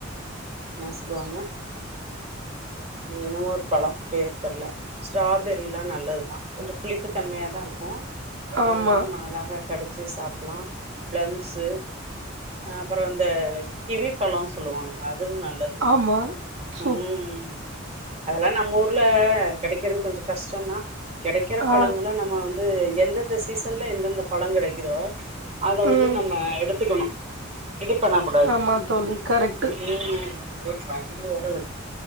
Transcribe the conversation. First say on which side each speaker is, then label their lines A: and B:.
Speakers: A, on the right; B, on the right.
A: என்ன சொல்லுவாங்க என்னமோ ஒரு பழோ பேர் தெர்ல ஸ்ட்ராபெரி எல்லா நல்லதுதா கொஞ்சோ புளிப்புத்தன்மையதா இருக்கு
B: ஆமா,
A: அதெல்லா நம்ம அழகா கடிச்சு சாப்பிடலா பிளம்ஷு ஆ அப்பறோ வந்து கிவி பழோ சொல்லுவாங்க அதுவு நல்லது
B: ஆமா சூப்
A: ம் அதெல்லா நம்ம ஊர்ல கெடைக்கறது கொஞ்சோ கஷ்டோந்தா கெடைக்கற பழங்கல
B: ஆ.
A: நம்ம வந்து எந்தெந்த சீசன்ல எந்தெந்த பழோ கெடைக்குதோ அத வந்து
B: ம்.
A: நம்ம எடுத்துக்கணு இது பண்ண கூடாது
B: ஆமா தோழி கரெக்ட்டு.
A: ம் <unintelligible> வண்டி வேற வருது